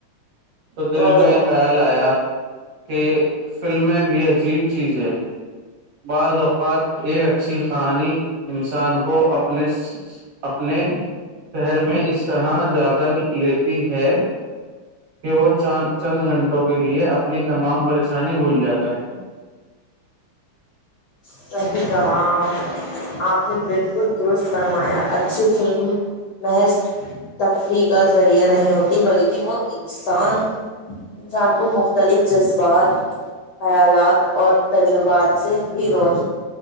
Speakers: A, on the right; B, on the left.
A: تو دل
B: اور
A: میں خیال آیا کہ فلمیں بھی عجیب چیز ہے بعض اوقات <unintelligible> ایک اچھی کہانی انسان کو اپنے اپنے شہر میں اس طرح جا کر لیتی ہے کہ وہ چان چند گھنٹوں کے لیے اپنی تمام پریشانی بھول جاتا ہے
B: صحیح کہا آپ نے بالکل درست فرمایا اچھی فلم محض تفریح کا ذریعہ نہیں ہوتیں بلکہ وہ انسان انسان کو مختلف جذبات خیالات اور تجربات سے بھی روش